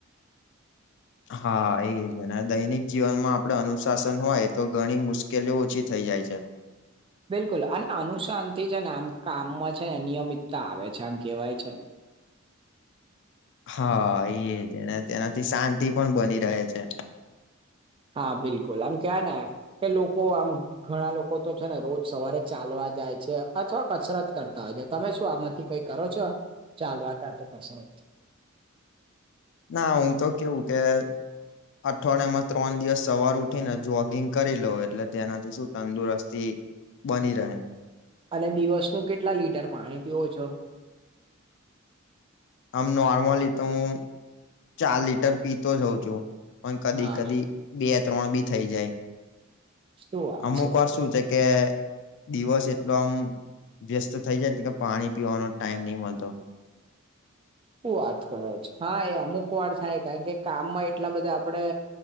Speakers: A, on the left; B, on the right.
A: હા એ જ અને દૈનિક જીવનમાં આપણે અનુસ શાસન હોય તો ઘણી મુશ્કેલીઓ ઓછી થઈ જાય છે.
B: બિલકુલ અને અનુસાનથી છે ને આમ કામમાં છે ને આમ નિયમિતતા આવે છે આમ કેવાય છે.
A: હા એ જને તેનાથી શાંતિ પણ બની રહે છે.
B: હા બિલકુલ આમ કેવાય ને કે લોકો આમ ઘણા લોકો તો છે ને રોજ સવારે ચાલવા જાય છે. અથવા કસરત કરતા હોય છે. તમે શું આમાંથી કઈ કરો છો? ચાલવા કા તો કસરત?
A: ના હું તો કેવું કે અઠવાડિયામાં ત્રણ દિવસ સવાર ઉઠીને જોગિંગ કરી લઉં એટલે તેનાથી શું તંદુરસ્તી બની રહે.
B: અને દિવસનું કેટલા લીટર પાણી પીવો છો?
A: આમ નોર્મલી તો હું ચાર લીટર પીતો હોઉં છું. પણ કદી
B: હા
A: કદી બે ત્રણ બી થઈ જાય.
B: શું વાત
A: અમુક વાર શું છે કે દિવસ એટલો આમ વ્યસ્ત થઈ જાય કે પાણી પીવાનો ટાઈમ ની મળતો.
B: હું વાત કરો છો. હા એ અમુક વાર થાય કારણ કે કામમાં એટલા બધા આપડે